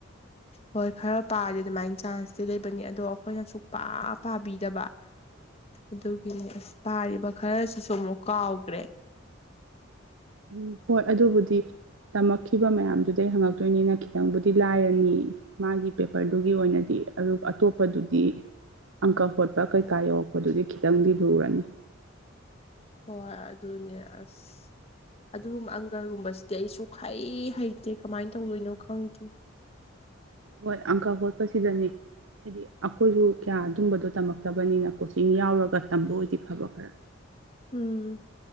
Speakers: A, on the left; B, on the right.
A: ꯍꯣꯏ ꯈꯔ ꯄꯥꯔꯗꯤ ꯑꯗꯨꯃꯥꯏꯅ ꯆꯥꯟꯁꯇꯤ ꯂꯩꯕꯅꯤ ꯑꯗꯣ ꯑꯩꯈꯣꯏꯅ ꯁꯨꯛꯄꯥ ꯄꯥꯕꯤꯗꯕ
B: <inaudible>
A: ꯑꯗꯨꯒꯤꯅꯦ ꯑꯁ ꯄꯥꯔꯤꯕ ꯈꯔꯁꯤꯁꯨ ꯑꯃꯨꯛ ꯀꯥꯎꯈ꯭ꯔꯦ
B: ꯎꯝ ꯍꯣꯏ ꯑꯗꯨꯕꯨꯗꯤ ꯇꯝꯃꯛꯈꯤꯕ ꯃꯌꯥꯝꯗꯨꯗꯩ ꯍꯪꯉꯛꯇꯣꯏꯅꯤꯅ ꯈꯤꯇꯪꯕꯨꯗꯤ ꯂꯥꯏꯔꯅꯤ ꯃꯥꯒꯤ ꯄꯦꯄꯔꯗꯨꯒꯤ ꯑꯣꯏꯅꯗꯤ ꯑꯗꯨ ꯑꯇꯣꯞꯄꯗꯨꯗꯤ ꯑꯪꯀꯥ ꯍꯣꯠꯄ ꯀꯩꯀꯥ ꯌꯧꯔꯛꯄꯗꯨꯗꯤ ꯈꯤꯇꯪꯗꯤ ꯂꯨꯔꯅꯤ
A: ꯍꯣꯏ ꯑꯗꯨꯅꯦ ꯑꯁ ꯑꯗꯨꯒꯨꯝꯕ ꯑꯪꯀꯥꯒꯨꯝꯕꯁꯤꯗꯤ ꯑꯩ ꯁꯨꯡꯍꯩ ꯍꯩꯇꯦ ꯀꯃꯥꯏꯅ ꯇꯧꯗꯣꯏꯅꯣ ꯈꯪꯗꯦ
B: ꯍꯣꯏ ꯑꯪꯀꯥ ꯍꯣꯠꯄꯥ ꯁꯤꯗꯅꯤ ꯍꯥꯏꯗꯤ ꯑꯩꯈꯣꯏꯁꯨ ꯀꯌꯥ ꯑꯗꯨꯝꯕꯗꯣ ꯇꯝꯃꯛꯇꯕꯅꯤꯅ ꯀꯣꯆꯤꯡ ꯌꯥꯎꯔꯒ ꯇꯝꯕ ꯑꯣꯏꯗꯤ ꯐꯕ ꯈꯔꯥ
A: ꯎꯝ